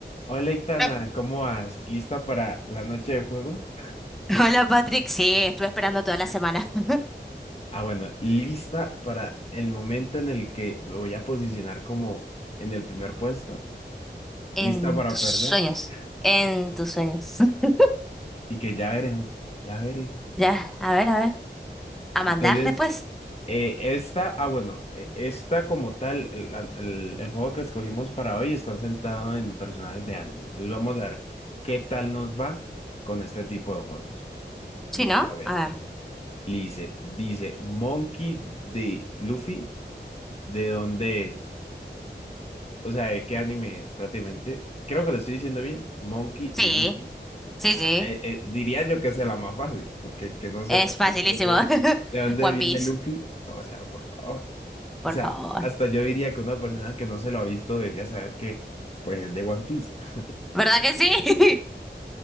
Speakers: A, on the left; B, in the centre.
A: Hola, Itana,
B: Ah,
A: ¿cómo vas? ¿Lista para la noche de juegos?
B: Hola Patrick, sí, estuve esperando toda la semana. <laughs>
A: Ah, bueno, lista para el momento en el que me voy a posicionar como en el primer puesto.
B: En
A: Lista para
B: tus
A: perder
B: sueños,
A: eh,
B: en tus sueños. <laughs>
A: y que ya veremos, ya veremos.
B: Ya, a ver, a ver. A mandarle
A: Entonces,
B: pues.
A: eh, esta, ah, bueno, eh, esta como tal, el, la- el- el juego que escogimos para hoy está sentado en personajes de anime. Entonces, vamos a ver qué tal nos va con este tipo de juegos.
B: Sí,
A: Vamos
B: ¿no?
A: a ver.
B: A ver.
A: Dice, dice Monkey de Luffy. ¿De dónde es? O sea, ¿de qué anime es prácticamente? Creo que lo estoy diciendo bien. Monkey
B: Sí,
A: D. Luffy.
B: sí, sí.
A: Ah, eh, eh, diría yo que es la más fácil, porque el que no sepa
B: Es
A: que
B: facilísimo.
A: quién es-
B: <laughs>
A: de dónde
B: One
A: viene
B: Piece,
A: Luffy, o sea, por favor.
B: por
A: O sea,
B: favor.
A: hasta yo diría que una persona que no se lo ha visto debería saber que, pues, es de One Piece. <laughs>
B: ¿Verdad que sí?